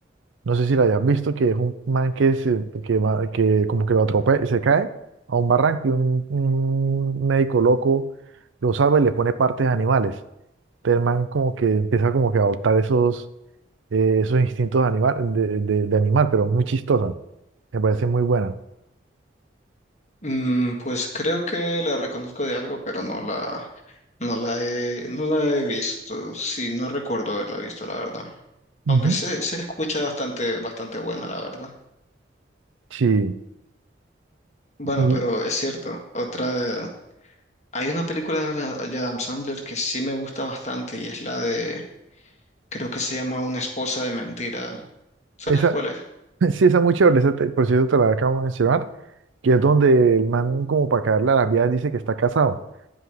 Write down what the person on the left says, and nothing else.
Mm, pues creo que la reconozco de algo, pero no la, no la he, no la he visto. Sí, no recuerdo haberla visto, la verdad. Aunque
se, se escucha bastante, bastante buena, la verdad.
Bueno,
pero es cierto. Otra, hay una película de Adam Sandler que sí me gusta bastante y es la de Creo que se llama Una esposa de mentira. ¿Sabes
cuál es?